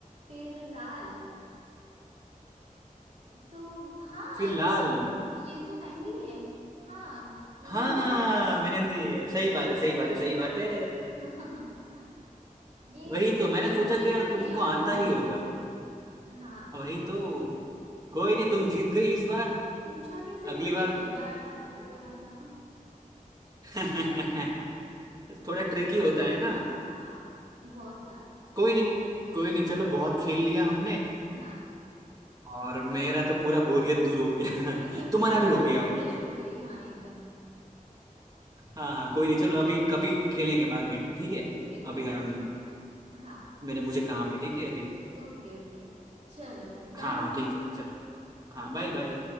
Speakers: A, on the right; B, on the right.
A: फिर लाल तो हाँ
B: फिर लाल
A: तो फिर ये तो मेहंदी है हाँ इजी
B: हाँ
A: था ये
B: मेहंदी है सही बात है सही बात है सही बात है
A: हाँ <laughs> ये
B: वही
A: हिंट
B: तो मैंने सोचा
A: दे
B: कि
A: इसीलिए
B: यार तुमको
A: आया
B: आता
A: मुझे
B: ही होगा
A: हाँ
B: वही तो कोई नहीं तुम जीत गई इस बार
A: पूछा कैसे
B: अगली
A: तुमने
B: बार
A: हरा आटा लाल पराठा
B: <laughs> थोड़ा ट्रिकी होता है ना
A: हाँ हाँ बहुत था
B: कोई नहीं कोई नहीं चलो बहुत खेल लिया हमने
A: हाँ
B: और मेरा तो पूरा बोरियत दूर हो गया
A: मे,
B: <laughs> तुम्हारा
A: मेरा
B: भी हो
A: भी
B: गया
A: मैं
B: होगा
A: फ्रेश हो गई हाँ एकदम
B: हाँ हाँ कोई नहीं चलो अभी कभी खेलेंगे बाद में ठीक है
A: ठीक है
B: अभी
A: पक्का
B: हम
A: हाँ
B: मेरे मुझे काम है ठीक है अभी
A: ओके ओके चलो बाय
B: हाँ
A: बाय
B: ठीक है चलो हाँ बाय बाय